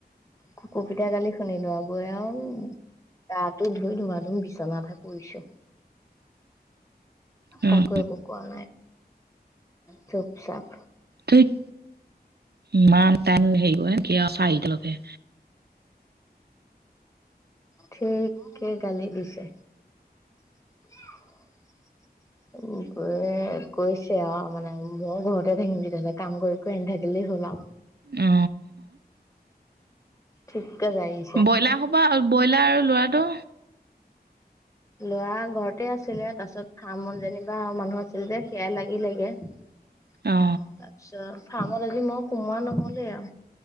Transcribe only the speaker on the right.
উম
ধেৎ ইমান টান সেই কৰে নেকি আ চাৰিটালৈকে।
অ
ব্ৰইলা হ'বা আও ব্ৰইলাৰ ল'ৰাটো
অ